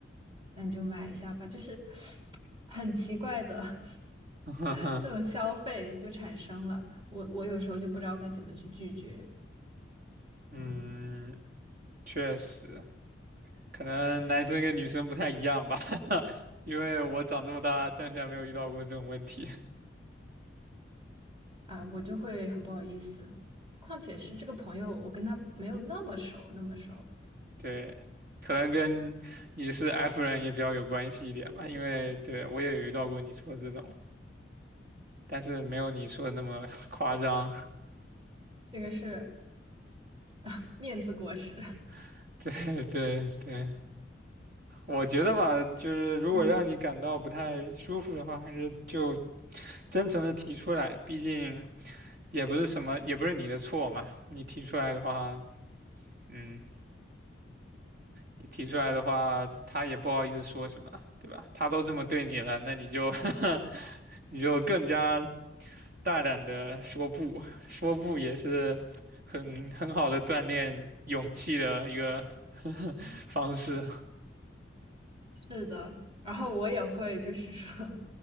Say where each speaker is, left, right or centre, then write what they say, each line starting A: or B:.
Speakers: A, on the right; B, on the right.
A: 那你就买一下吧，就是 <sniffs> 很奇怪的
B: <laughs>
A: <laughs> 这种消费就产生了。我我有时候就不知道该怎么去拒绝，
B: 嗯，
A: 嗯。
B: 确实，可能男生跟女生不太一样吧，<laughs> 因为我长这么大暂时还没有遇到过这种问题。
A: 啊，我就会很不好意思。况且是这个朋友，我跟他没有那么熟，那么熟，
B: 对，可能跟你是 F 人也比较有关系一点吧，因为对我也有遇到过你说的这种，但是没有你说的那么 <laughs> 夸张。
A: 这个是 <laughs> 面子过时。<laughs>
B: <laughs> 对对对，我觉得吧，就是如果让你感到不太舒服的话，
A: 嗯，
B: 还是就真诚的提出来，毕竟也不是什么，也不是你的错嘛，你提出来的话。嗯，你提出来的话，他也不好意思说什么，对吧？他都这么对你了，那你就 <laughs> 你就更加大胆的说不，说不也是很很好的锻炼勇气的一个 <laughs> 方式
A: 是的。然后我也会，就是说，